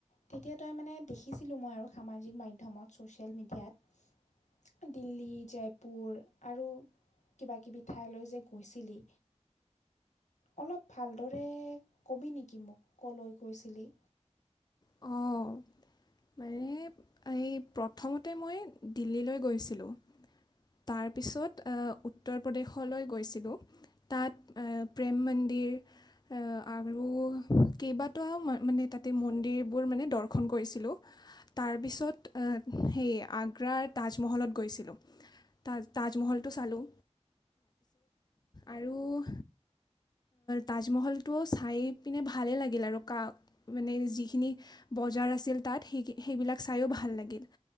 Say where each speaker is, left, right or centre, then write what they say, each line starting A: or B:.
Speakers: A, on the left; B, on the left.
A: তেতিয়া তই মানে দেখিছিলোঁ মই আৰু সামাজিক মাধ্যমত ছ'চিয়েল মিডিয়াত। দিল্লী, জয়পুৰ আৰু কিবা কিবি ঠাইলৈ যে গৈছিলি। অলপ ভালদৰে ক'বি নেকি মোক ক'লৈ গৈছিলি?
B: অ'। মানে এই প্ৰথমতে মই দিল্লীলৈ গৈছিলোঁ। তাৰপিছত উত্তৰ প্ৰদেশলৈ গৈছিলোঁ। তাত প্ৰেম মন্দিৰ আৰু কেইবাটাও মানে তাতে মন্দিৰবোৰ মানে দৰ্শন কৰিছিলোঁ। তাৰপিছত সেই আগ্ৰাৰ তাজমহলত গৈছিলোঁ। তা-তাজমহলটো চালো, আৰু তাজমহলটো চাই পিনে ভালেই লাগিল আৰু কা মানে যিখিনি বজাৰ আছিল তাত সেই-সেইবিলাক চাইও ভাল লাগিল।